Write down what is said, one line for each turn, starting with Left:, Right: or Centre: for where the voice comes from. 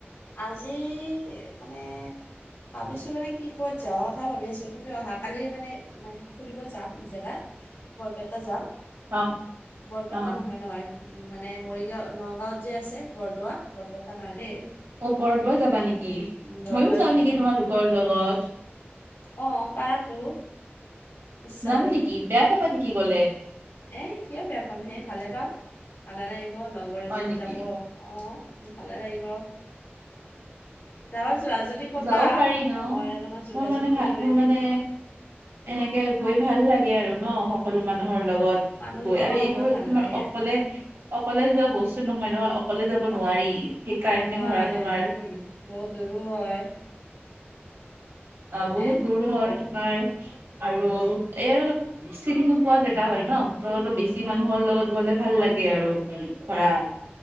Left: আজি এই মানে', ভাবিছোঁ মানে কি? ক'ত যোৱা কথা ভাবি আছোঁ কিন্তু অহাকালি মানে', মানে ফুৰিব যাম জেগাত', বৰপেটা যাম,
Right: অ
Left: বৰপেটা
Right: অ
Left: নহয়', - নহয়', উম', মানে মৰিগাঁও, নগাঁওত যে আছে বৰদোৱা, বৰপেটা নহয় দেই',
Right: অহ‌', ‌‌ বৰদোৱা যাবা নেকি,
Left: উম, বৰদোৱা
Right: মইও যাওঁ
Left: যাম
Right: নেকি তোমালোকৰ লগত',
Left: অহ', পাৰাতো', ইচ্ছা
Right: যাম নেকি, বেয়া পাবা নেকি গ'লে?
Left: এহ', কিয় বেয়া পাম সেই, ভালে পাম, ভালে লাগিব লগৰ
Right: হয়
Left: এজনী
Right: নেকি
Left: যাব', অ', ভালে লাগিব, যাও যোৱা যদি', যদি কবা
Right: যাব পাৰি ন
Left: মই অলপমান যোগাযোগটো
Right: মোৰ মানে ভাল
Left: কৰি
Right: মোৰ
Left: দিম',
Right: মানে এনেকে গৈ ভাল লাগে আৰু ন সকলো মানুহৰ লগত',
Left: মানুহ
Right: গৈ আৰু
Left: অ
Right: এইবোৰ
Left: ভাল
Right: তোমাৰ
Left: লাগে
Right: অকলে', অকলে যোৱা বস্তু নহয় ন অকলে যাব নোৱাৰি', সেইকাৰণে
Left: আৰু নোৱাৰে
Right: ধৰা তোমাৰ
Left: উম', বহুত দূৰো হয়',
Right: অ',
Left: হয়নে
Right: বহুত দূৰ হয় এইটো তোমাৰ আৰু এই', চিনি নোপোৱা জেগা হয় নো', ত অলপ বেছি মানুহৰ লগত গ'লে ভাল লাগে আৰু ধৰা',